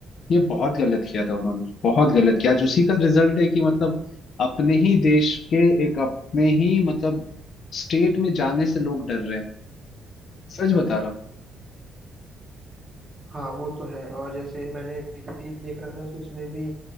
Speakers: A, on the left (about 60°); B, on the right (about 30°).
A: ये बहुत गलत किया था उन्होंने बहुत गलत किया आज उसी का रिजल्ट है कि मतलब अपने ही देश के एक अपने ही मतलब स्टेट में जाने से लोग डर रहे हैं सच बता रहा हूँ
B: हाँ वो तो है और जैसे मैंने रील देख रहा था तो उसमें भी